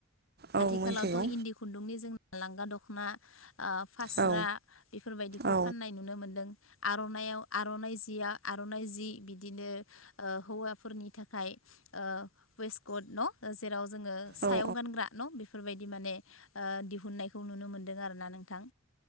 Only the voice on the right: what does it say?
औ
मिथिगौ
औ
औ
औ